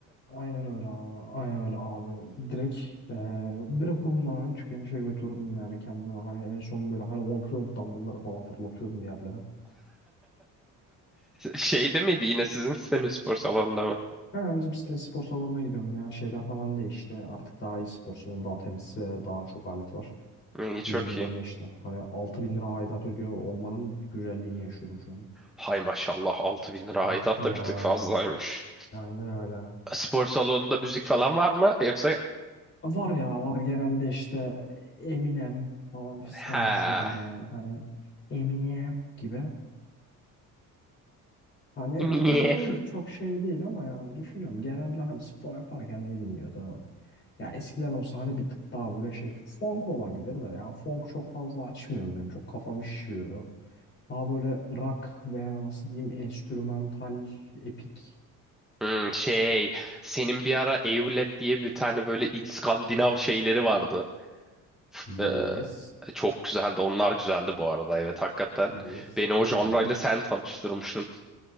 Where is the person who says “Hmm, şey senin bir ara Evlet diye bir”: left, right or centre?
Centre